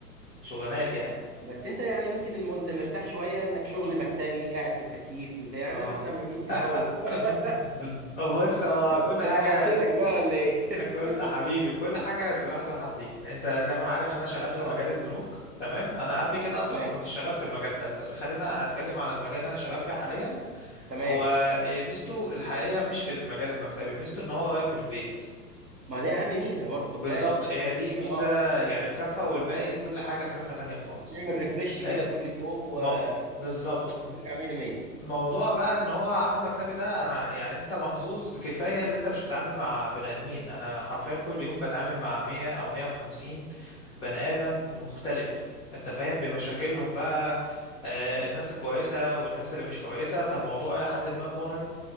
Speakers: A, in the centre; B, on the right (about 80°).
A: الشغلانات
B: بس
A: يعني
B: بس انت يعني ممكن الم... انت مرتاح شويه انك شغل مكتبي قاعد في التكييف بتاع
A: اه
B: انما احنا مرميين في الهواء <laughs>
A: <laughs> بص هو كل
B: بقى
A: حاجة
B: احسدك بقى ولا ايه؟ <laughs>
A: كل حبيبي كل حاجة سلاح ذو حدين انت زي ما انا عارف ان انا شغال في
B: اه
A: مجال البنوك تمام انا قبل كده اصلا
B: تمام
A: ما كنتش شغال في المجال ده بس خلينا اتكلم عن المجال اللي انا شغال فيه حاليا
B: تمام
A: هو إيه، ميزته الحقيقة مش في المجال المكتبي ميزته ان هو قريب من البيت
B: ما دي اهم ميزه برضه خد
A: بالظبط
B: بالك
A: هي دي ميزة
B: اه
A: يعني في كفة والباقي كل حاجة في كفة تانية خالص
B: تعمل ريفرش كده
A: آه،
B: كل يوم
A: ما بالظبط
B: وبص ترجع 100 100
A: موضوع بقى ان هو عمل مكتبي ده انا يعني انت محظوظ كفايه اللي انت مش بتتعامل مع بني ادمين انا حرفيا كل يوم بتعامل مع 100 او 150 بني ادم مختلف انت فاهم بمشاكلهم بقى آه، الناس الكويسه والناس اللي مش كويسه فالموضوع الى حد ما مرهق